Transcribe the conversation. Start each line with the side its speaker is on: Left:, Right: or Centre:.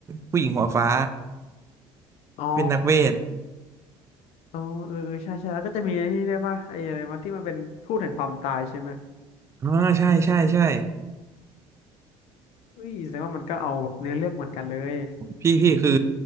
Right: ผู้หญิงหัวฟ้า
Left: อ๋อ
Right: เป็นนักเวท
Left: อ๋อเออเออใช่ใช่แล้วก็จะมีไอ้นี่ด้วยป่ะไอ้อะไรมาที่มันเป็นทูตแห่งความตายใช่ไหม
Right: อ่าใช่ใช่ใช่
Left: อุ้ยแสดงว่ามันก็เอาแบบเนื้อเรื่องเหมือนกันเลย
Right: พี่พี่คือ